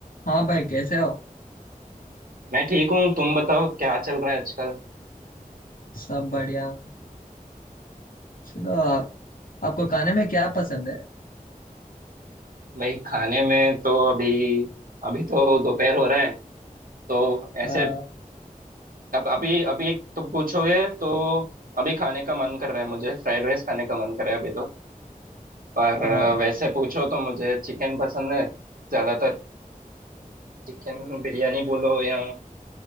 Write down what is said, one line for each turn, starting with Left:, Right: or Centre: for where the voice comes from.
Left: हाँ भाई कैसे हो
Right: मैं ठीक हूँ तुम बताओ क्या चल रहा है आजकल
Left: सब बढ़िया चलो आप, आपको खाने में क्या पसंद है
Right: भाई खाने में तो अभी अभी तो दोपहर हो रहा है तो ऐसे
Left: हाँ
Right: अब अभी अभी एक तुम पूछोगे तो अभी खाने का मन कर रहा है मुझे फ्राइड राइस खाने का मन कर रहा है अभी तो पर
Left: हाँ
Right: अ, वैसे पूछो तो मुझे चिकन पसंद है ज्यादातर चिकन बिरयानी बोलो या